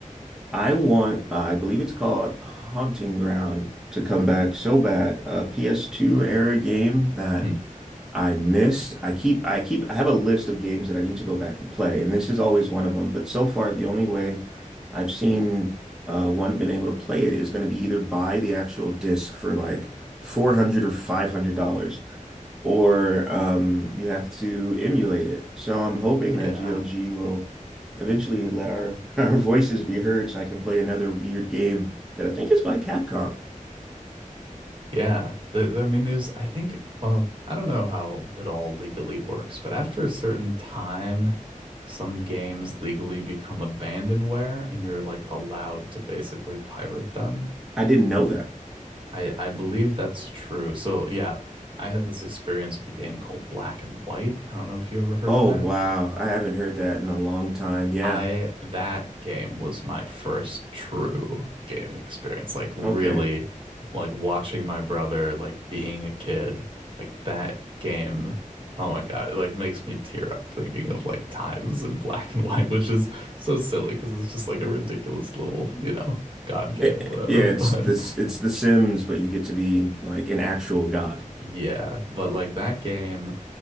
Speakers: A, in the centre; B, on the right.
A: I want, uh, I believe it's called Haunting Ground to come back so bad. A PS2 era game that
B: Hmm.
A: I missed. I keep, I keep, I have a list of games that I need to go back and play, and this is always one of them. But so far, the only way I've seen uh, one been able to play it is going to be either buy the actual disc for like 400 or 500 dollars or um, you have to emulate it. So I'm hoping
B: Yeah.
A: that GOG will eventually let our, <laughs> our voices be heard so I can play another weird game that I think is by Capcom.
B: Yeah. The, the- I mean, there's, I think, well, I don't know how it all legally works, but after a certain time, some games legally become abandonware and you're like allowed to basically pirate them.
A: I didn't know that.
B: I, I believe that's true. So, yeah, I had this experience with a game called Black and White. I don't know if you ever heard
A: Oh,
B: of that.
A: wow. I haven't heard that in a long time. Yeah.
B: I that game was my first true gaming experience. Like really
A: Okay.
B: like watching my brother like being a kid, like that game. Oh my God, it like makes me tear up thinking of like times in black and white, which is so silly because it's just like a ridiculous little, you know, God game
A: Eh, eh,
B: or whatever.
A: yeah, it's
B: <laughs> But
A: this it's The Sims, but you get to be like an actual god.
B: yeah, but like that game